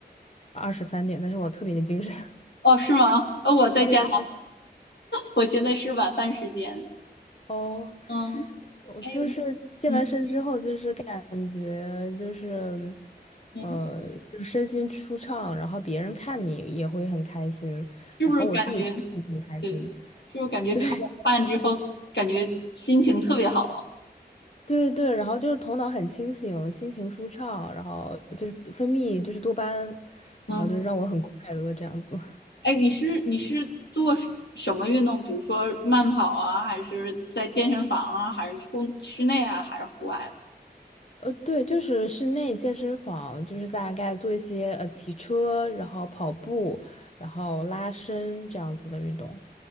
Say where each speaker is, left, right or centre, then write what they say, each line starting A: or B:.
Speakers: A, on the left; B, on the left.
A: 二十三点，但是我特别的精神。<laughs>
B: 哦，是吗？哦，我在家，
A: 对
B: 我现在是晚饭时间。
A: 哦，
B: 嗯，
A: 我就是健完身之后，
B: 哎，嗯
A: 就是感觉就是，
B: 嗯。
A: 呃，就是身心舒畅，然后别人看你也会很开心，
B: 是不是感觉，
A: 然后我自己心情也很开心。
B: 对，是不是感觉出了汗之后，
A: 对 <laughs>
B: 感觉心情特别好
A: 对对，然后就是头脑很清醒，心情舒畅，然后就是分泌就是多巴胺，
B: 啊嗯，
A: 然后就是让我很快乐这样子。
B: 哎，你是你是做什什么运动？比如说慢跑啊，还是在健身房啊，还是户室内啊，还是户外啊
A: 呃，对，就是室内健身房，就是大概做一些呃骑车，然后跑步，然后拉伸这样子的运动。